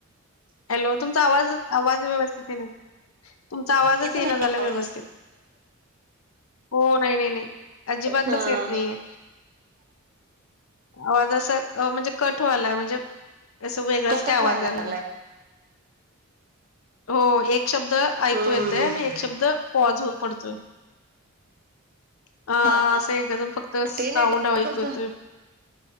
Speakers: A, on the left; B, on the right.
A: हॅलो तुमचा आवाज आवाज व्यवस्थित येत नाही. तुमचा आवाजच
B: येत
A: ये
B: नाही
A: ना झाला
B: आवाज
A: व्यवस्थित हो नाही नाही नाही अजिबातच
B: हा
A: येत नाहीये. आवाज असं म्हणजे कट वालाय म्हणजे असं वेगळाच
B: कटच
A: काय आवाज
B: व्हायला
A: आलेला
B: लागलाय
A: आहे. हो एक शब्द ऐकू
B: हम्म,
A: येतय
B: हम्म, हम्म.
A: आणि एक शब्द पॉज पडतोय. अ
B: हा
A: असं आहे कजम फक्त साऊंड
B: ते नेटवर्कच
A: ऐकत.